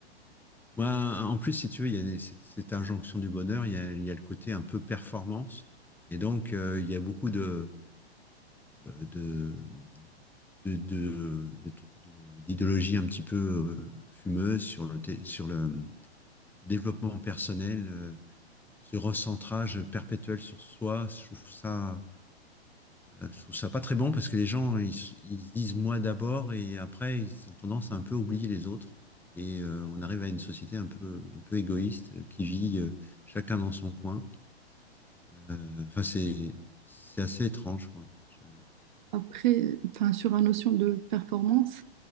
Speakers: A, in the centre; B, on the right.
A: Moi, en plus, si tu veux, il y a des- cette, cette injonction du bonheur, il y a, il y a le côté un peu performance, et donc euh, il y a beaucoup de euh, de de, de- de- tr- de- d'idéologie un petit peu euh, fumeuse sur le té- sur le développement personnel. euh, ce recentrage perpétuel sur soi, je trouve ça, euh, je trouve ça pas très bon parce que les gens, ils, ils se disent moi d'abord et après, ils ont tendance à un peu oublier les autres. Et euh, on arrive à une société un peu, un peu égoïste euh, qui vit euh, chacun dans son coin. Euh, Enfin, c'est, c'est assez étrange, quoi. Je-
B: Après, enfin, sur la notion de performance,